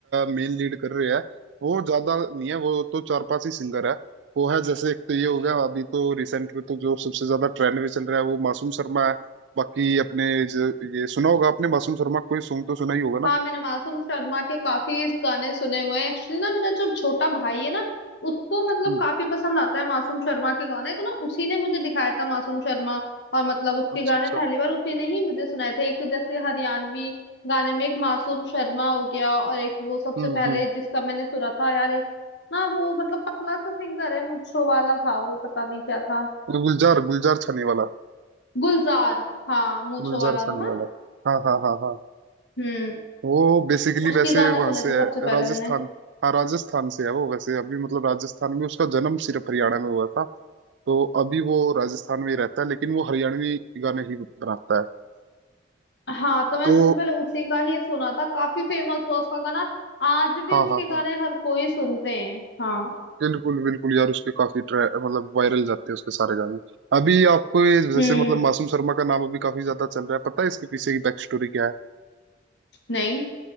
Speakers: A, on the right; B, on the left.
A: मेन लीड कर रहे हैं वो ज्यादा नहीं है वो तो चार पांच ही सिंगर है वो है जैसे एक तो ये हो गया अभी तो रिसेंट में तो जो सबसे ज्यादा ट्रेंड में चल रहा है वो मासूम शर्मा है बाकी अपने ज- ये सुना होगा आपने मासूम शर्मा कोई सॉन्ग तो सुना ही होगा
B: हाँ
A: ना
B: मैंने मासूम शर्मा के काफी गाने सुने हुए हैं एक्चुअली ना मेरा जो छोटा भाई है ना उसको मतलब
A: हम्म
B: काफी पसंद आता है मासूम शर्मा के गाने तो ना उसी ने मुझे दिखाया था मासूम शर्मा और मतलब उसके
A: अच्छा
B: गाने
A: अच्छा
B: पहली बार उसी ने ही मुझे सुनाए थे एक जैसे हरियाणवी गाने में एक मासूम शर्मा हो गया और एक वो सबसे
A: हम्म
B: पहले
A: हम्म
B: जिसका मैंने सुना था यार एक ना वो मतलब पतला सा सिंगर है मूंछों वाला था वो पता नहीं क्या था
A: गुलजार गुलजार छाने वाला
B: गुलजार हाँ मूंछों
A: गुलजार
B: वाला
A: छाने
B: था ना
A: वाला हाँ हाँ हाँ हाँ
B: हम्म
A: वो बेसिकली
B: उसके
A: वैसे
B: गाने
A: वहां
B: सुने
A: से
B: थे
A: है
B: सबसे पहले
A: राजस्थान
B: मैंने
A: हाँ राजस्थान से है वो वैसे अभी मतलब राजस्थान में उसका जन्म सिर्फ हरियाणा में हुआ था तो अभी वो राजस्थान में ही रहता है लेकिन वो हरियाणवी गाने ही बनाता है
B: हाँ तो मैंने
A: तो
B: सबसे पहले उसी का ही सुना था काफी फेमस हुआ उसका गाना आज भी
A: हाँ
B: उसके
A: हाँ
B: गाने
A: हाँ
B: हर कोई सुनते हैं हाँ
A: बिल्कुल बिल्कुल यार उसके काफी ट्रै मतलब वायरल जाते हैं उसके सारे गाने अभी आपको ये जैसे
B: हम्म
A: मतलब मासूम शर्मा का नाम अभी काफी ज्यादा चल रहा है पता है इसके पीछे की बैक स्टोरी क्या है
B: नहीं